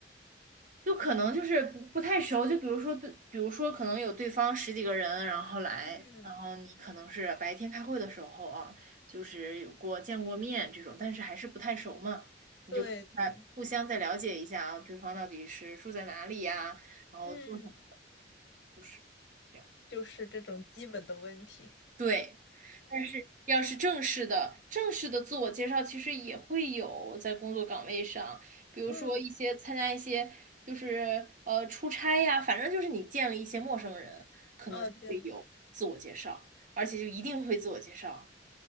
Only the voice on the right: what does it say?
就可能就是不不太熟，就比如说对，比如说可能有对方十几个人，然后来，
然后你可能是白天开会的时候啊，就是有过见过面这种，但是还是不太熟嘛，你就在互相再了解一下啊，
对方到底是住在哪里呀，然后做什么，
就是。这样。
对，但是要是正式的、正式的自我介绍，其实也会有在工作岗位上，比如说一些参加一些就是呃出差呀，
反正就是你见了一些陌生人，可能就会有自我介绍，
而且就一定会自我介绍。